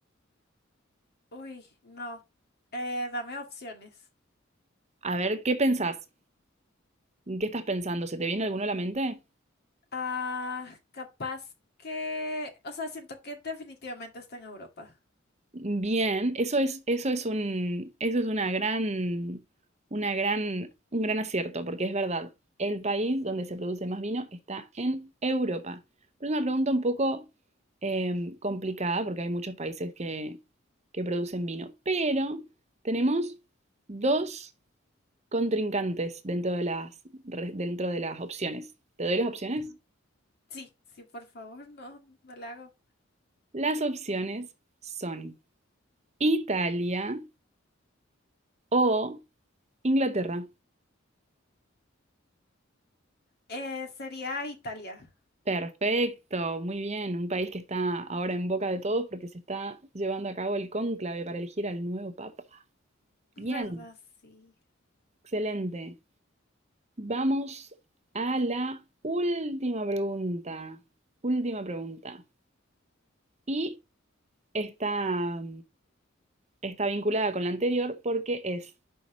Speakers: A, on the left; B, on the right.
A: Uy, no. Eh, dame opciones.
B: A ver, ¿qué pensás? ¿En qué estás pensando? ¿Se te viene alguno a la mente?
A: Ah, capaz que, o sea, siento que definitivamente está en Europa.
B: Bien, eso es, eso es un, eso es una gran, una gran, un gran acierto, porque es verdad, el país donde se produce más vino está en Europa. Pero es una pregunta un poco em, complicada, porque hay muchos países que, que producen vino. Pero tenemos dos contrincantes dentro de las, re- dentro de las opciones. ¿Te doy las opciones?
A: Ujú. Sí, sí, por favor, no, no la hago.
B: Las opciones son Italia o Inglaterra.
A: Eh, sería Italia.
B: Perfecto, muy bien. Un país que está ahora en boca de todos porque se está llevando a cabo el cónclave para elegir al nuevo papa.
A: ¿Verdad?
B: Bien,
A: Sí.
B: excelente. Vamos a la última pregunta. Última pregunta. Y está, está vinculada con la anterior porque es,